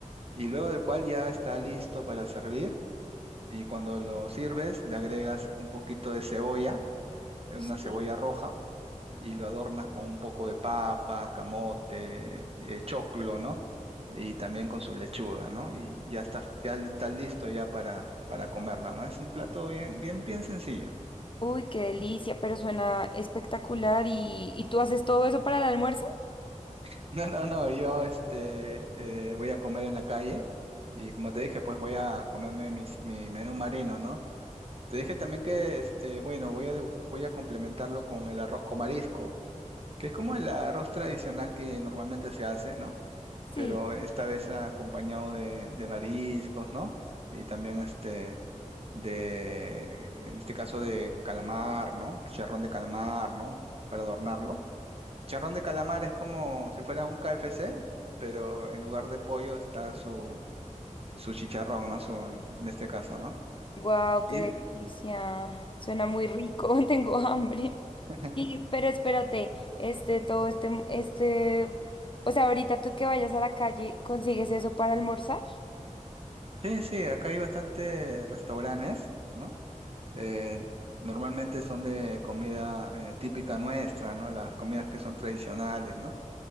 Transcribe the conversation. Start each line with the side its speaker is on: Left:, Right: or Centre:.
Right: Y luego del cual ya está listo para servir y cuando lo sirves le agregas un poquito de cebolla, eh,
Left: sí.
Right: una cebolla roja y lo adornas con un poco de papa, camote, eh, choclo, ¿no? Y también con su lechuga, ¿no? Y ya está, ya está listo ya para, para comerla, ¿no? Es un plato bien, bien, bien sencillo.
Left: Uy, qué delicia, pero suena espectacular. ¿Y, y tú haces todo eso para el almuerzo?
Right: <laughs> No, no, no, yo este, eh, voy a comer en la calle y como te dije, pues voy a comerme mis- mi menú marino, ¿no? Te dije también que, este, bueno, voy a, degus- voy a complementarlo con el arroz con marisco, que es como el arroz tradicional que normalmente se hace, ¿no?
Left: Sí.
Right: Pero esta vez acompañado de, de mariscos, ¿no? Y también este, de, en este caso de calamar, ¿no? Chicharrón de calamar, ¿no? Para adornarlo. Charrón de calamar es como si fuera un KFC, pero en lugar de pollo está su, su chicharrón, ¿no? Su, en este caso, ¿no?
Left: Guau,
Right: Y,
Left: qué delicia. Suena muy rico, <laughs> tengo hambre.
Right: <laughs>
Left: Y, pero espérate, este, todo este, este, o sea, ahorita tú que vayas a la calle, ¿consigues eso para almorzar?
Right: sí, sí, acá hay bastantes restaurantes, ¿no? Eh, normalmente son de comida eh, típica nuestra, ¿no? Las comidas que son tradicionales, ¿no?